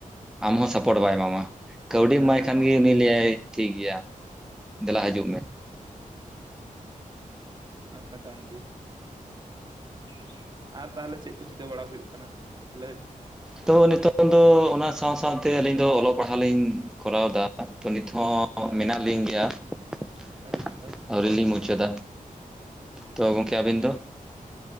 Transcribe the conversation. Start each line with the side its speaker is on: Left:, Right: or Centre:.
Centre: ᱟᱢ ᱦᱚᱸ ᱥᱟᱯᱳᱴ ᱵᱟᱭ ᱮᱢᱟᱢᱟ ᱾ ᱠᱟᱹᱣᱰᱤ
Right: ᱦᱮᱸ
Centre: ᱮᱢᱟᱭ ᱠᱷᱟᱱ ᱜᱤ ᱩᱱᱤ ᱞᱟᱹᱭᱟᱭ ᱴᱷᱤᱠ ᱜᱮᱭᱟ ᱫᱮᱞᱟ ᱦᱤᱡᱩᱜ ᱢᱮ ᱾
Right: <inaudible> ᱱᱟᱯᱟ ᱠᱟᱱ ᱜᱤ ᱾ <inaudible> ᱟᱨ ᱛᱟᱦᱟᱞᱮ ᱪᱮᱜ ᱠᱚ ᱪᱤᱠᱟᱹ ᱵᱟᱲᱟ ᱦᱩᱭᱩᱜ ᱠᱟᱱᱟ ᱞᱟᱹᱭ ᱢᱮ ᱾
Centre: ᱛᱚ ᱱᱤᱛᱚᱝ ᱫᱚ ᱚᱱᱟ ᱥᱟᱶ ᱥᱟᱶᱛᱮ ᱟᱹᱞᱤᱧ ᱫᱚ ᱚᱞᱚᱜ ᱯᱟᱲᱦᱟᱣ ᱞᱤᱧ ᱾ ᱠᱚᱨᱟᱣᱫᱟ ᱛᱚ ᱱᱤᱛ ᱦᱚᱸ
Right: ᱟᱪᱪᱷᱟ
Centre: ᱢᱮᱱᱟᱜ ᱞᱤᱧ
Right: ᱟᱪᱪᱷᱟ
Centre: ᱜᱮᱭᱟ ᱾
Right: ᱟᱹᱰᱤ ᱱᱟᱯᱟᱭ
Centre: ᱟ. ᱣᱨᱤ ᱞᱤᱧ ᱢᱩᱪᱟ. ᱫ ᱫᱟ
Right: ᱟᱪᱪᱷᱟ
Centre: ᱛᱚ ᱜᱚᱝᱠᱮ ᱟ. ᱵᱤᱱ ᱫᱚ?